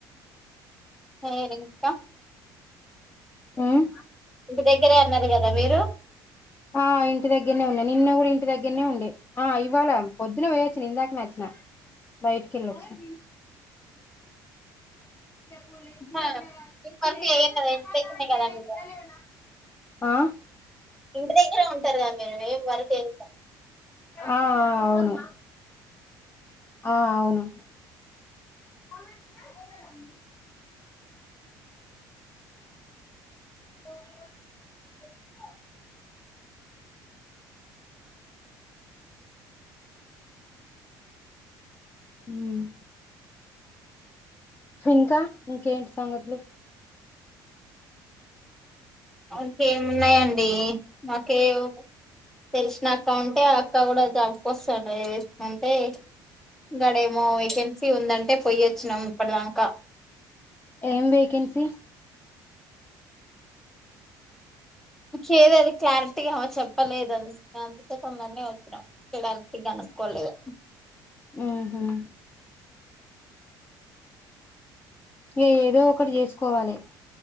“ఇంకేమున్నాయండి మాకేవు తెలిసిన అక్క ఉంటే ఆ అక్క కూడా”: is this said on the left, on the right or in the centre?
Centre